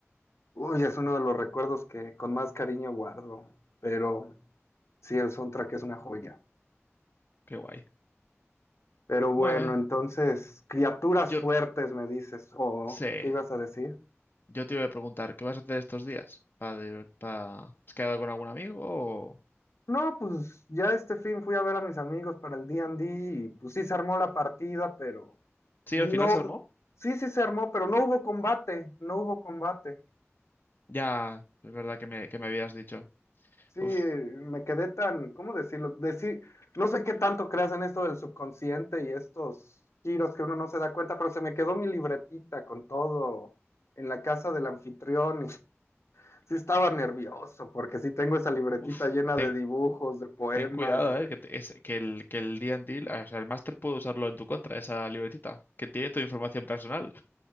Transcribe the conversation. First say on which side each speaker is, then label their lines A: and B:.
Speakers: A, on the left; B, on the left.
A: Uy, es uno de los recuerdos que con más cariño guardo, pero sí, el soundtrack es una joya.
B: qué guay.
A: Pero bueno,
B: Bueno, eh,
A: entonces, criaturas
B: yo
A: fuertes, me dices, o
B: sé,
A: ¿qué ibas a decir?
B: yo te iba a preguntar, ¿qué vas a hacer estos días? ¿Para, para- ¿Has quedado con algún amigo? o-
A: No, pues ya este fin fui a ver a mis amigos para el D&D y pues sí se armó la partida, pero
B: Sí,
A: no,
B: al final se armó.
A: sí, sí se armó, pero no hubo combate, no hubo combate.
B: Ya, es verdad que me, que me habías dicho.
A: Sí,
B: Uf,
A: me quedé tan, ¿cómo decirlo? Deci- no sé qué tanto creas en esto del subconsciente y estos giros que uno no se da cuenta, pero se me quedó mi libretita con todo en la casa del anfitrión y <laughs> sí estaba nervioso porque sí tengo esa libretita
B: uf,
A: llena
B: ten,
A: de dibujos, de poemas,
B: ten cuidado,
A: de...
B: eh, que, te- es- que el, que el D&D, o sea, el máster puede usarlo en tu contra, esa libretita, que tiene tu información personal